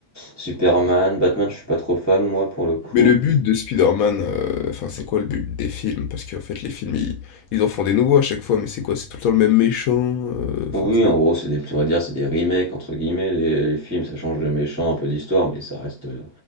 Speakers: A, on the right; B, on the left.
A: Superman, Batman, je suis pas trop fan moi pour le coup.
B: Mais le but de Spider-Man, euh, enfin c'est quoi le but des films? Parce qu'en fait les films ils, ils en font des nouveaux à chaque fois, mais c'est quoi? C'est tout le temps le même méchant, euh, enfin
A: Oui,
B: c'est-
A: en gros, c'est des on va dire, c'est des remakes entre guillemets. Les, les films, ça change de méchant, un peu d'histoire, mais ça reste, euh,